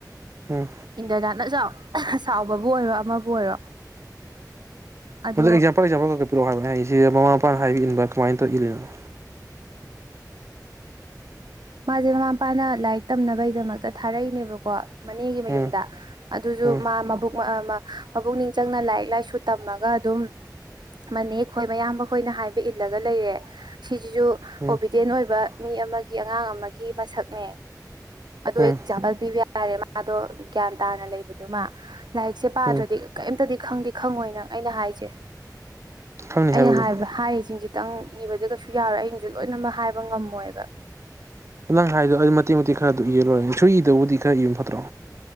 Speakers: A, on the right; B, on the right.
A: ꯎꯝ
B: ꯏꯟꯗ꯭ꯔꯗꯥꯠꯅ ꯆꯥꯎ ꯁꯥꯎꯕꯕꯨ ꯑꯣꯏꯔꯣ ꯑꯃꯕꯨ ꯑꯣꯏꯔꯣ ꯑꯗꯣ
A: ꯐ ꯑꯦꯛꯥꯄꯜ ꯑꯦꯄꯤꯔꯛ ꯍꯥꯏ ꯃꯁꯤꯗ ꯃꯃꯥ ꯃꯄꯥꯅ ꯍꯥꯏꯕꯤ ꯏꯟꯕ ꯀꯃꯥꯏꯅ ꯇꯧꯏꯜꯂꯤꯅꯣ
B: ꯃꯥꯁꯦ ꯃꯃꯥ ꯃꯄꯥꯅ ꯂꯥꯏꯔꯤꯛ ꯇꯝꯅꯕꯒꯤꯗꯃꯛꯇ ꯊꯥꯔꯛꯏꯅꯦꯕꯀꯣ ꯃꯅꯦꯒꯤ
A: ꯎꯝ
B: ꯃꯌꯨꯝꯗ ꯑꯗꯨꯁꯨ
A: ꯎꯝ
B: ꯃꯥ ꯃꯕꯨꯛ ꯃꯄꯛꯅꯤꯡ ꯆꯪꯅ ꯂꯥꯏꯔꯤꯛ ꯂꯥꯏꯁꯨ ꯇꯝꯃꯒ ꯑꯗꯨꯝ ꯃꯅꯦ ꯈꯣꯏ ꯃꯌꯥꯝꯕꯈꯣꯏꯅ ꯍꯥꯏꯕ ꯏꯜꯂꯒ ꯂꯩꯔꯦ ꯁꯤ ꯁꯤꯁꯨ
A: ꯎꯝ
B: ꯑꯣꯕꯤꯗꯦꯟ ꯑꯣꯏꯕ ꯃꯤ ꯑꯃꯒꯤ ꯑꯉꯥꯡ ꯑꯃꯒꯤ ꯃꯁꯛꯅꯦ ꯑꯗꯨ
A: ꯎꯝ
B: ꯑꯦꯛꯖꯥꯝꯄꯜ ꯄꯤꯕ ꯌꯥꯔꯦ ꯃꯥꯗꯣ ꯒ꯭ꯌꯥꯟ ꯇꯥꯅ ꯂꯩꯕꯗꯨꯃ ꯂꯥꯏꯔꯤꯛꯁꯦ ꯄꯥꯗ꯭ꯔꯗꯤ
A: ꯎꯝ
B: ꯀꯔꯤꯝꯇꯗꯤ ꯈꯪꯗꯤ ꯈꯪꯉꯣꯏꯅ ꯑꯩꯅ ꯍꯥꯏꯁꯦ
A: ꯈꯪꯅꯤ
B: ꯑ
A: ꯍꯥꯏꯔꯣ ꯑꯗꯨꯝ
B: ꯍꯥꯏꯕ ꯍꯥꯏꯁꯤꯡꯁꯤ ꯈꯤꯇꯪ ꯏꯕꯗꯤ ꯀꯩꯁꯨ ꯌꯥꯔꯣꯏ ꯑꯩꯅꯁꯨ ꯂꯣꯏꯅꯃꯛ ꯍꯥꯏꯕ ꯉꯝꯃꯣꯏꯕ
A: ꯅ ꯅꯪ ꯍꯥꯏꯗꯣ ꯑꯗꯨ ꯃꯇꯦꯛ ꯃꯇꯦꯛ ꯈꯔꯗꯨ ꯏꯔꯔꯣꯏꯔ ꯁꯨꯏꯗꯕꯨꯗꯤ ꯈꯔ ꯏꯌꯨ ꯐꯠꯇ꯭ꯔꯣ